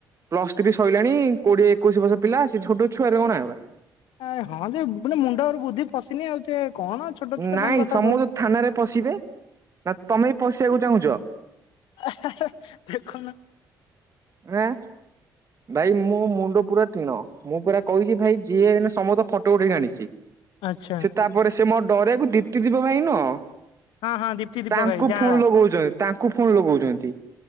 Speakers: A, on the right; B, on the left.
A: ପ୍ଲସଥ୍ରୀ ସଇଲାଣି କୋଡିଏ। ଏକୋଇଶି ବର୍ଷ ପିଲା ସେ ଛୋଟ ଛୁଆରେ ଗଣା ହେବେ।
B: ଆରେ ହଁ ଯେ ବିଭିନ୍ନ ମୁଣ୍ଡରୁ ବୁଦ୍ଧି ପଶିନି ଆଉ ସେ କଣ ଛୋଟ ଛୁଆ
A: ନାଇଁ
B: ତାଙ୍କ କଥା
A: ସମସ୍ତେ
B: ଧଉ
A: ଥାନାରେ ପଶିବେ। ନା ତମେ ବି ପଶିବାକୁ ଚାହୁଁଛ?
B: ଆ ହେ ହେ ଦେଖୁ ନ।
A: ଆଁ। ଭାଇ ମୋ ମୁଣ୍ଡ ପୁରା ଟିଣ ମୁଁ ପରା କହିଛି ଭାଇ ଯିଏ ଏଇନା ସମସ୍ତ ଫଟୋ ଉଠେଇକି ଆଣିଛି।
B: ଆଚ୍ଛା।
A: ସେ ତାପରେ ସେ ମୋ ଡରେଆକୁ ଦୀପ୍ତିଦୀପ ଭାଇ ନୁହଁ
B: ହଁ ହଁ ଦୀପ୍ତି ଦୀପକ
A: ତାଙ୍କୁ
B: ଭାଇ ଯାଆଁଳା
A: ଫୋନ ଲଗଉଛନ୍ତି। ତାଙ୍କୁ ଫୁଣ ଲଗଉଚନ୍ତି।